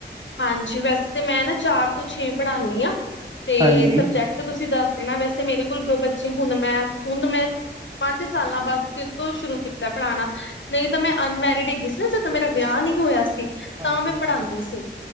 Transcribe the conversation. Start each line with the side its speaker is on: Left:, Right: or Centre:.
Left: ਹਾਂਜੀ, ਵੈਸੇ ਤੇ ਮੈਂ ਨਾ ਚਾਰ ਤੋਂ ਛੇ ਪੜ੍ਹਾਣੀ ਹਾਂ, ਤੇ
Right: ਹਾਂਜੀ
Left: ਸਬਜੈਕਟ ਤੇ ਤੁਸੀਂ ਦੱਸ ਦੇਣਾ, ਵੈਸੇ ਮੇਰੇ ਕੋਲ ਜੋ ਬੱਚੇ ਹੁਣ ਮੈਂ ਹੁਣ ਮੈਂ ਪੰਜ ਸਾਲਾਂ ਬਾਅਦ ਫਿਰ ਤੋਂ ਸ਼ੁਰੂ ਕੀਤਾ ਪੜ੍ਹਾਣਾ ਨਹੀਂ ਤਾਂ ਮੈਂ ਅਨਮੈਰਿਡ ਹੈਗੀ ਨਾ ਜਦੋਂ ਮੇਰਾ ਵਿਆਹ ਨਹੀਂ ਹੋਇਆ ਸੀ
Right: ਹਾਂਜੀ
Left: ਤਾਂ ਮੈਂ
Right: ਹਾਂਜੀ
Left: ਪੜ੍ਹਾਦੀ ਸੀ